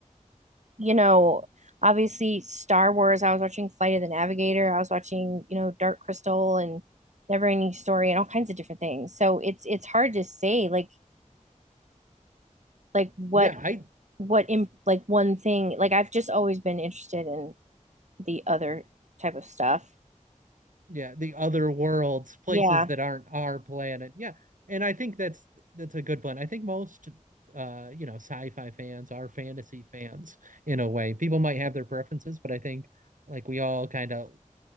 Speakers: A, on the right (about 60°); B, on the right (about 75°).
A: you know, obviously Star Wars. I was watching Flight of the Navigator. I was watching, you know, Dark Crystal and Never Ending Story and all kinds of different things. So it's it's hard to say like like what
B: Yeah, I
A: what in like one thing like I've just always been interested in the other type of stuff.
B: yeah, the other worlds, places
A: Yeah.
B: that aren't our planet. Yeah. And I think that's that's a good plan. I think most uh, you know, sci-fi fans are fantasy fans in a way. People might have their preferences, but I think like we all kind of